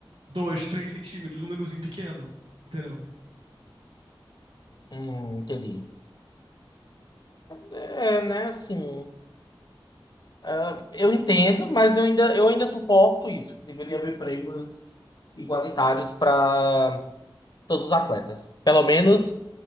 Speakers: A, on the right (about 75°); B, on the left (about 50°).
A: 2, 3 centímetros, um númerozinho pequeno, entendeu?
B: Hum, entendi. É, é, né, assim, ah, eu entendo, mas eu ainda, eu ainda suporto isso. Deveria haver prêmios igualitários para todos os atletas. Pelo menos